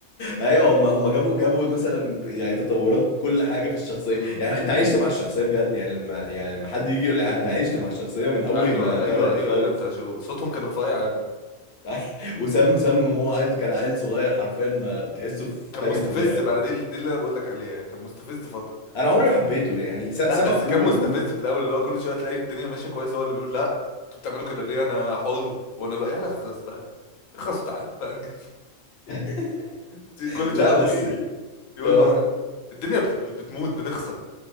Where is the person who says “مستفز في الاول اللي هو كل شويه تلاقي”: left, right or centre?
Left